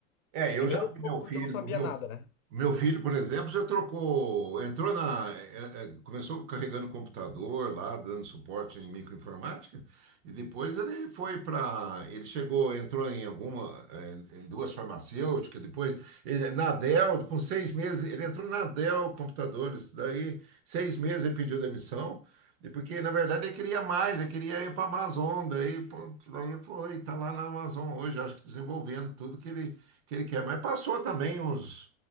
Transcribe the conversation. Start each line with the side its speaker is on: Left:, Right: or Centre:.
Right: É,
Left: Primeiro,
Right: eu já vi meu
Left: porque
Right: filho,
Left: eu não sabia
Right: meu
Left: nada, né?
Right: Meu filho, por exemplo, já trocou, entrou na, é, é, começou carregando computador lá, dando suporte em microinformática, e depois ele foi para, ele chegou, entrou em alguma, é, em duas farmacêuticas, depois ele, na Dell, com seis meses, ele entrou na Dell Computadores, daí seis meses ele pediu demissão, e porque na verdade ele queria mais, ele queria ir para a Amazon, daí, pronto, daí foi, está lá na Amazon hoje, acho que desenvolvendo tudo que ele, que ele quer, mas passou também uns